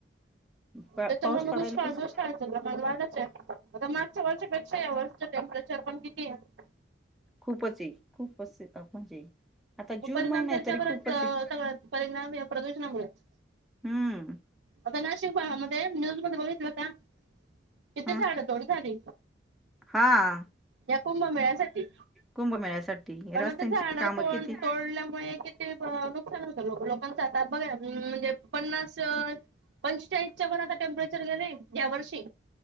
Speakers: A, in the centre; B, on the right.
A: पा-
B: <unintelligible>
A: पाऊस पडायला पाहिजे
B: <unintelligible>
A: खूपच आहे खूपच म्हणजे. आता
B: मग
A: जून
B: परिणाम
A: महिना
B: त्याच्यावरच
A: आहे तरी खूपच आहे.
B: सगळ परिणाम प्रदूषणामुळेच.
A: हम्म
B: आता नाशिक भागामध्ये न्यूज मध्ये बघितलं का किती
A: ह
B: झाडं तोड झाली.
A: हा आ.
B: या कुंभमेळ्यासाठी
A: कुंभमेळ्यासाठी.
B: पण
A: रस्त्यांची
B: मग ते झाडड
A: कामं
B: तोडल्यामुळे
A: किती
B: किती नुकसान होतं लोकांचं आातात बघा म्हणजे. पन्नासच. पंचेचाळीस च्या वर आता टेम्परेचर गेलंय या वर्षी